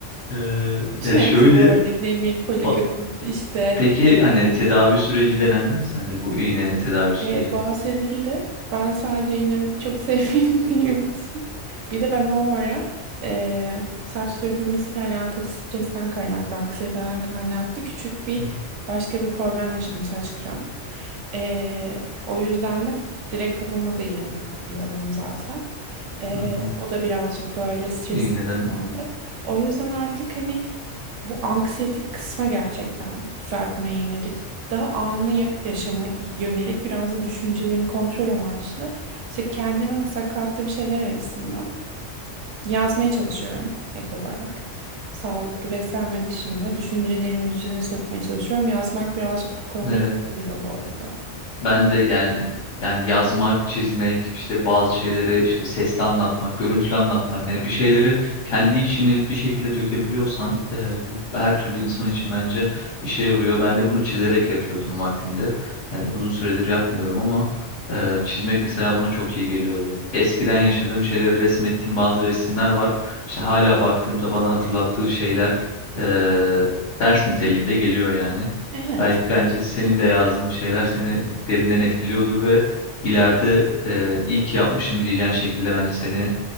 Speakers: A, on the left (about 70°); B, on the right (about 80°).
A: eee,
B: Bütün
A: ya şöyle
B: hepsi bu arada demir, folik
A: ba-
B: asit işte
A: peki
B: B12.
A: hani tedavi süreci denendi mi sende bu iğne tedavi süreci?
B: Ee, bahsedildi. Ben sadece yine çok <laughs> sevindiğim için. Bir de ben o ara eee, saç dökülmesiyle alakalı stresten kaynaklı, anksiyeteden kaynaklı küçük bir
A: Hı
B: başka bir problem yaşadım saç kıran. Eee, o yüzden de direkt kafama da yine vurup duruyordum zaten. Eee,
A: hı. hı.
B: o da birazcık böyle stres
A: İğneden
B: dönemde. O yüzden artık hani bu anksiyetik kısma gerçekten düzeltmeye yönelik, daha anı ya- yaşama yönelik biraz da düşüncelerimi kontrol amaçlı. işte kendime mesela kattığım şeyler arasında yazmaya çalışıyorum ek olarak. Sağlıklı beslenme dışında düşüncelerimi düzene sokmaya çalışıyorum. Yazmak birazcık bu konuda
A: evet.
B: iyi geliyor bu arada.
A: Ben de yani yani yazmak, çizmek, işte bazı şeyleri işte sesli anlatmak, görüntülü anlatmak yani bir şeyleri kendi içine bir şekilde dökebiliyorsan e, bu her türlü insan için bence işe yarıyor. Ben de bunu çizerek yapıyordum vaktinde. Yani uzun süredir yapmıyorum ama e, çizmek mesela bana çok iyi geliyordu. Eskiden yaşadığım şeyleri resmettiğim bazı resimler var. İşte hala baktığımda bana hatırlattığı şeyler e, ders niteliğinde geliyor yani.
B: Evet.
A: Belki bence senin de yazdığın şeyler seni derinden etkiliyordur ve ileride e, iyi ki yapmışım diyeceğin şekilde bence seni